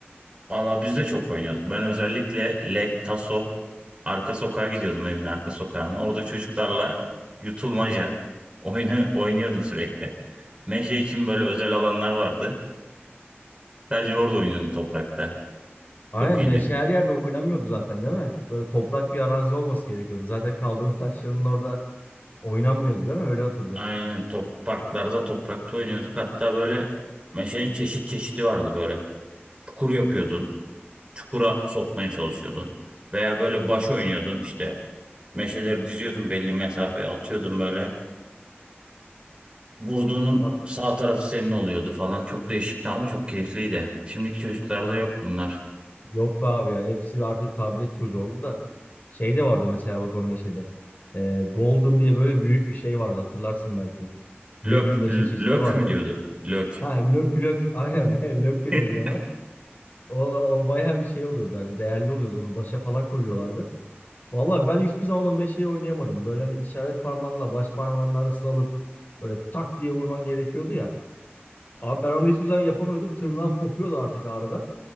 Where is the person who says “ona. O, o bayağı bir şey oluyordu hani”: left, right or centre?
Left